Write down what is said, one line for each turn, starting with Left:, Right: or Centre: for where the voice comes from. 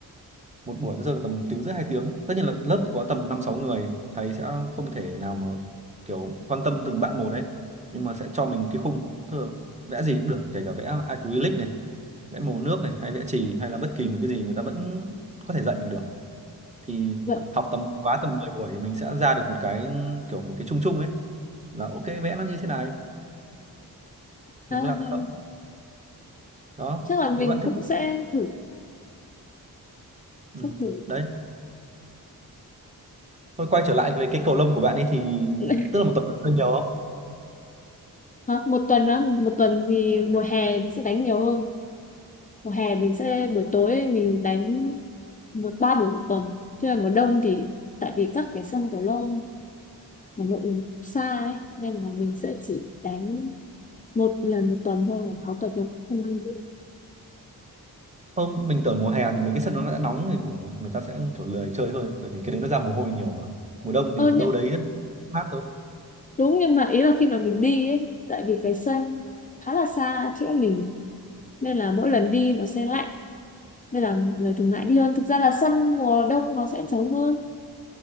Right: một buổi nó rơi vào tầm tiếng rưỡi hai tiếng tất nhiên là lớp thì có tầm năm sáu người thầy sẽ không thể nào mà kiểu quan tâm từng bạn một đấy nhưng mà sẽ cho mình một cái khung Tức là vẽ gì cũng được kể cả vẽ acrylic này vẽ màu nước này hay vẽ chì hay là bất kỳ một cái gì người ta vẫn có thể dạy mình được thì
Left: Vậy
Right: học tầm một khóa tầm 10 buổi thì mình sẽ ra được một cái kiểu một cái chung chung ấy là ok vẽ nó như thế này
Left: khá
Right: mình có
Left: là
Right: làm
Left: hay.
Right: được không đó
Left: Chắc là mình
Right: nếu bạn
Left: cũng
Right: thích
Left: sẽ thử,
Right: ừ.
Left: sẽ thử.
Right: đấy thôi quay trở lại về cái cầu lông của bạn ấy thì
Left: để
Right: tức là một tuần bạn chơi nhiều
Left: Hả? Một tuần á, một tuần thì mùa hè mình sẽ đánh nhiều hơn. Mùa hè mình sẽ buổi tối mình đánh một ba buổi một tuần. Thế là mùa đông thì tại vì các cái sân cầu lông Hà Nội xa ấy nên là mình sẽ chỉ đánh một lần một tuần thôi mà có tuần mình không đi.
Right: Ờ, mình tưởng mùa hè thì mấy cái sân nó đã nóng thì kiểu người ta sẽ kiểu lười chơi hơn bởi vì cái đấy nó ra mồ hôi nhiều mà mùa đông
Left: Ờ,
Right: thì
Left: nhưng,
Right: đâu đấy mát hơn
Left: đúng nhưng mà ý là khi mà mình đi ấy tại vì cái sân khá là xa chỗ mình nên là mỗi lần đi nó sẽ lạnh nên là mọi người thường ngại đi hơn. Thực ra là sân mùa đông nó sẽ trống hơn